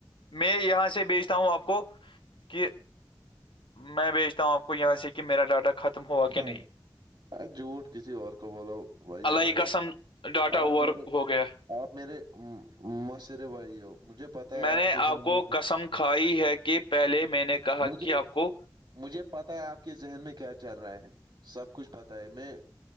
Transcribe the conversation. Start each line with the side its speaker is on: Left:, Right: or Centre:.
Left: میں یہاں سے بیچتا ہوں آپ کو کہ میں بھیجتا ہوں آپ کو یہاں سے کہ میرا ڈاٹا ختم ہوا
Right: ہاں
Left: کہ نہیں
Right: ار جھوٹ کسی اور کو بولو بھائی
Left: اللہ
Right: جان
Left: کی قسم ڈاٹا
Right: آپ
Left: اوور
Right: میرے
Left: ہو گیا
Right: آپ میرے ماشرے بھائی ہو مجھے پتہ ہے
Left: میں
Right: آپ
Left: نے
Right: کے گھومنے
Left: کو
Right: کا
Left: قسم کھائی ہے کہ پہلے میں نے کہا
Right: مجھے
Left: کہ آپ کو
Right: مجھے پتا ہے آپ کے ذہن میں کیا چل رہا ہے سب کچھ پتا ہے میں